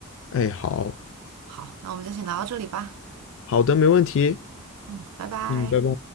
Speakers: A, on the left; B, on the right.
A: 哎，好，
B: 好，那我们就先聊到这里吧。
A: 好的，没问题，
B: 嗯，拜拜。
A: 嗯，拜拜。